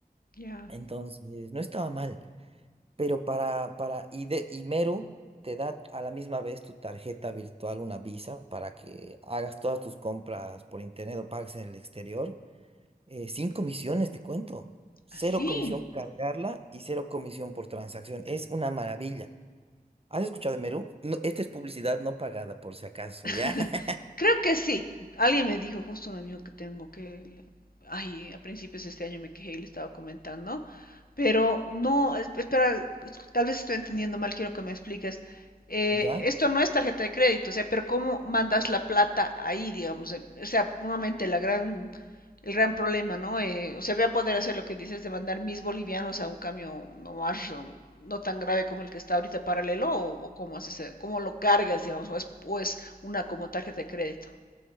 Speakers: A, on the left; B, on the right.
A: Ya.
B: Entonces, no estaba mal. Pero para, para, y, de, y Meru te da a la misma vez tu tarjeta virtual, una Visa, para que hagas todas tus compras por internet o pagues en el exterior. eh, sin comisiones, te cuento. Cero
A: Así.
B: comisión cargarla y cero comisión por transacción. Es una maravilla. ¿Has escuchado de Meru? No, esta es publicidad no pagada, por si acaso,
A: <laughs>
B: ¿ya? <laughs>
A: Creo que sí. Alguien me dijo, justo un amigo que tengo que, le- ay, a principios de este año me quejé y le estaba comentando, pero no, es- espera, es- tal vez estoy entendiendo mal, quiero que me expliques. Eh,
B: ¿Ya?
A: esto no es tarjeta de crédito, o sea, pero ¿cómo mandas la plata ahí, digamos? Em, O sea, nuevamente la gran, el gran problema, ¿no? Eh, o sea, voy a poder hacer lo que dices de mandar mis bolivianos a un cambio no más, um, no tan grave como el que está ahorita paralelo, o, o cómo haces, eh, cómo lo cargas, digamos, o es, o es una como tarjeta de crédito.